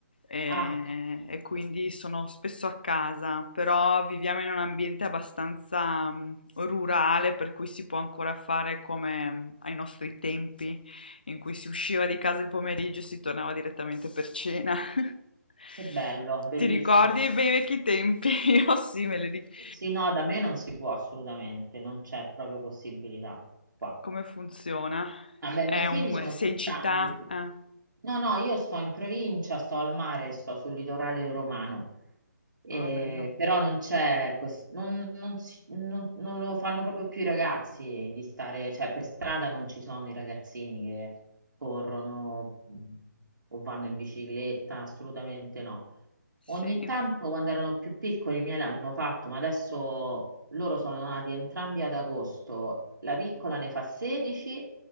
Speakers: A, on the left; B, on the right.
A: eh,
B: Ah,
A: e, quindi sono spesso a casa, però viviamo in un ambiente abbastanza mm, rurale per cui si può ancora fare come mm, ai nostri tempi in cui si usciva di casa il pomeriggio e si tornava direttamente per cena. <laughs>
B: che bello, bellissimo.
A: Ti ricordi i bei vecchi tempi? <laughs> Io sì, me li ricordo.
B: Sì, no, da me non si può assolutamente, non c'è proprio possibilità qua.
A: Come funziona?
B: Vabbè,
A: È
B: i miei figli
A: un...
B: sono
A: Sei
B: più
A: in città?
B: grandi.
A: Eh.
B: No, no, io sto in provincia, sto al mare, sto sul litorale romano, Eh,
A: Ah, bello.
B: però non c'è questo, non, non si- non- non lo fanno proprio più i ragazzi di stare, cioè per strada non ci sono i ragazzini che corrono mh, o vanno in bicicletta, assolutamente no.
A: Sì.
B: Ogni
A: in-
B: tanto quando erano più piccoli i miei l'hanno fatto, ma adesso loro sono nati entrambi ad agosto. La piccola ne fa 16